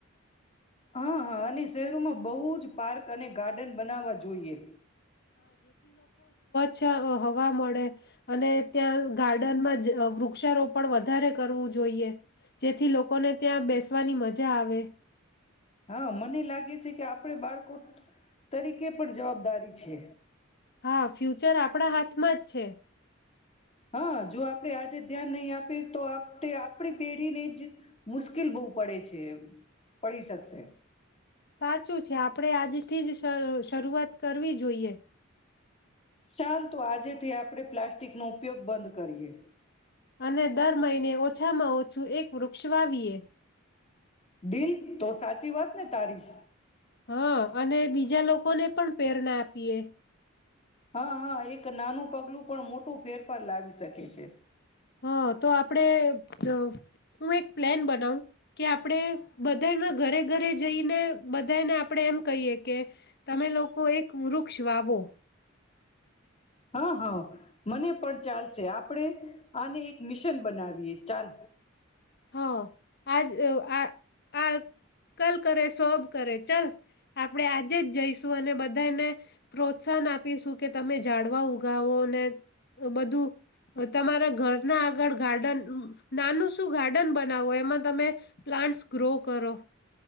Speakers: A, on the left (about 30°); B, on the left (about 55°).
A: હા હા અને શહેરોમાં બહુ જ પાર્ક અને ગાર્ડન બનાવવા જોઈએ.
B: છ હવા મળે અને ત્યાં ગાર્ડનમાં જ વૃક્ષારોપણ વધારે કરવું જોઈએ જેથી લોકોને ત્યાં બેસવાની મજા આવે.
A: હા મને લાગે છે કે આપણે બાળકો તરીકે પણ જવાબદારી છે.
B: હા ફ્યુચર આપના હાથમાં જ છે.
A: હા જો આપડે આજે ધ્યાન નહીં આપીએ તો આપ ટે આપણી પેઢીને જ મુશ્કેલ બહુ પડે છે પડી શકશે.
B: સાચું છે આપણે આજથી જ શર શરૂઆત કરવી જોઈએ.
A: ચાલ તો આજેથી આપણે પ્લાસ્ટિકનો ઉપયોગ બંધ કરીએ.
B: અને દર મહિને ઓછામાં ઓછું એક વૃક્ષ વાવીએ.
A: બિલ તો સાચી વાત ને તારી.
B: હા અને બીજા લોકોને પણ પેરણા આપીએ.
A: હા હા એક નાનું પગલું પણ મોટું ફેરફાર લાવી શકે છે.
B: હા તો આપણેે જ હું એક પ્લેન બનાવું કે આપણે બધાને ઘરે ઘરે જઈને બધાને આપણેે એમ કહીએ કે તમે લોકો એક વૃક્ષ વાવો.
A: હા હા મને પણ ચાલશે આપડે આને એક મિશન બનાવીએ ચાલ.
B: હ આજ આ આ કલ કરે સબ કરે ચલ આપણેે આજે જ જઈશું અને બધાને પ્રોત્સાહન આપીશું કે તમે જાડવા ઉગાવો ને બધું તમારા ઘરના આગળ ગાર્ડન નાનું શું ગાડ બનાવો એમાં તમે પ્લાન્ટસ ગ્રો કરો.